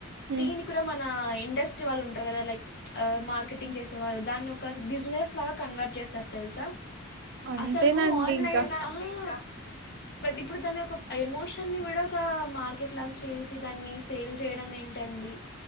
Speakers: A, on the right (about 55°); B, on the left (about 50°).
A: ఉమ్
B: దీన్ని కూడ మనా ఇండస్ట్రీ వాళ్ళు ఉంటరు కదా లైక్ ప్చ్ ఆ మార్కెటింగ్ చేసే వాళ్ళు దాన్ని ఒక బిజినెస్ లాగా కన్వర్ట్ చేస్తరు తెలుసా.
A: అంతేనండి
B: అసలు ఆన్లైన్
A: ఇంకా
B: ఆ ప్రతిప్పుడు తనకు ఎమో షన్ నీ కూడా ఒకా మార్కెట్ లాగా చేసి, దాన్ని సేల్ చేయడం ఏంటండి.